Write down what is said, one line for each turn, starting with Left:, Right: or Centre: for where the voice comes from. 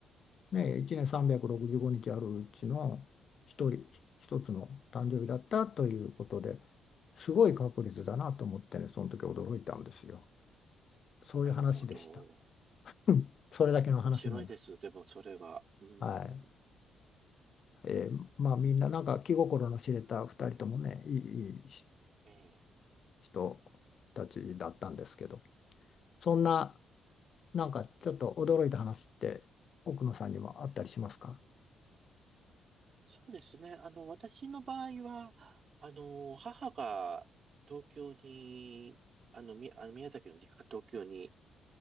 Left: ね、1年365日あるうちの一人一つの誕生日だったということですごい確率だなと思ってねその時驚いたんですよ。そういう話でした。
Right: なるほど。
Left: うんそれだけの話なんです。
Right: 面白いです。でも、それは。うん。
Left: はいえーまあみんななんか気心の知れた2人ともねいい、いい
Right: ええ。
Left: 人たちだったんですけどそんななんかちょっと驚いた話って奥野さんにもあったりしますか
Right: そうですね。あの、私の場合は、あの、母が東京に、あの、み、あの宮崎の実家が東京に